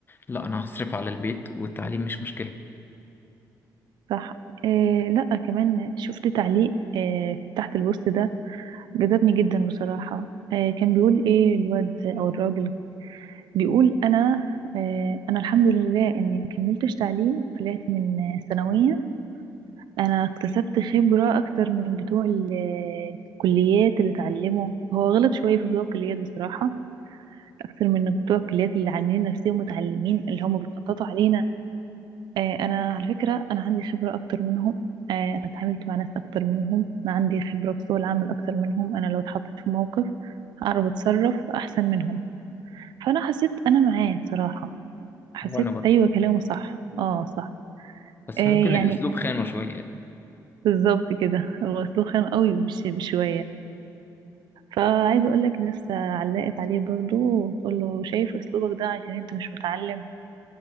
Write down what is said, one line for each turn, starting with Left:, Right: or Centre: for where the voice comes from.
Left: لا أنا هصرف على البيت والتعليم مش مشكلة
Right: صح آه لا كمان شفت تعليق آه تحت البوست ده جذبني جدا بصراحة آه كان بيقول ايه الواد او الراجل بيقول انا آه انا الحمد لله اني ما كملتش تعليم طلعت من آه، ثانوية انا اكتسبت خبرة اكتر من بتوع ال- الكليات اللي اتعلموا هو غلط شوية في بتوع الكليات بصراحة اكتر من بتوع الكليات اللي عاملين نفسهم متعلمين اللي هم بيتنططوا علينا آه، انا على فكره انا عندي خبره اكتر منهم آه، انا اتعاملت مع ناس اكتر منهم انا عندي خبره في سوق العمل اكتر منهم انا لو اتحطيت في موقف هعرف اتصرف احسن منهم فانا حسيت انا معاه صراحه حسيت
Left: وانا برضو
Right: ايوه كلامه صح اه صح
Left: بس
Right: آه،
Left: ممكن
Right: يعني
Left: الاسلوب خانه شويه
Right: بالظبط كده هو اسلوب خام قوي مش بشويه فعايزه اقول لك ناس علقت عليه برضو وتقول له شايف اسلوبك ده عشان انت مش متعلم